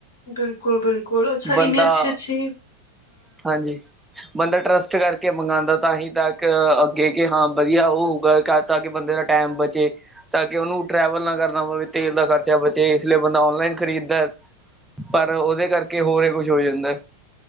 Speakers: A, on the left; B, in the centre.
A: ਬਿਲਕੁਲ-ਬਿਲਕੁਲ। ਅੱਛਾ
B: ਬੰਦਾ
A: ਇੰਨੀ ਅੱਛੀ-ਅੱਛੀ
B: ਹਾਂਜੀ। ਬੰਦਾ ਟਰੱਸਟ ਕਰਕੇ ਮੰਗਾਦਾ, ਤਾਂਹੀ ਤੱਕ ਅੱਗੇ ਕਿ ਹਾਂ ਵਧੀਆ ਉਹ ਹੋਊਗਾ ਤਾਂ ਕਿ ਬੰਦੇ ਦਾ ਟਾਈਮ ਬਚੇ। ਤਾਂ ਕਿ ਉਹਨੂੰ ਟਰੈਵਲ ਨਾ ਕਰਨਾ ਪਵੇ, ਤੇਲ ਦਾ ਖਰਚਾ ਬਚੇ। ਇਸ ਲਈ ਬੰਦਾ ਔਨਲਾਈਨ ਖਰੀਦਦਾ। ਪਰ ਉਹਦੇ ਕਰਕੇ ਹੋਰ ਏ ਕੁਛ ਹੋ ਜਾਂਦਾ।